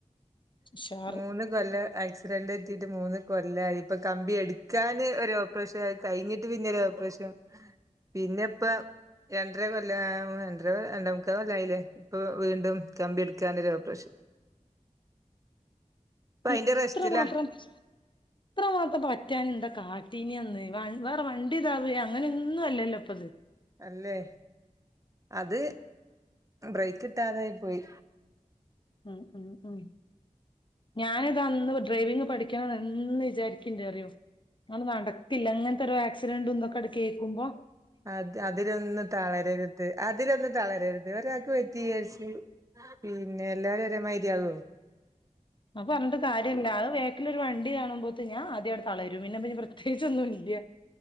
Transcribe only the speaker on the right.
മൂന്ന് കൊല്ല ആക് ആക്‌സിഡന്റ് പറ്റിയിട്ട് മൂന്ന് കൊല്ലായി ഇപ്പൊ കമ്പി എടുക്കാന് ഒരു ഓപ്പറേഷൻ, ആഹ് കഴിഞ്ഞിട്ട് പിന്നെ ഒരു ഓപ്പറേഷൻ പിന്നെ ഇപ്പ രണ്ടര കൊല്ല ആഹ് രണ്ടര രണ്ടമുക്കല് കൊല്ലായില്ലേ ഇപ്പൊ വീണ്ടും കമ്പി എടുക്കാൻ ഒരു ഓപ്പറേഷൻ ഇപ്പ
അയിന്റെ റെസ്റ്റിലാ
അല്ലേ അത് ബ്രേക്ക് കിട്ടാതായി പോയി
അത് അതിലൊന്ന് തളരരു അതിലൊന്നും തളരരുത് ഒരാക് പറ്റി വിചാരിച് പിന്നെ എല്ലാരും ഒരെമാരിയാകോ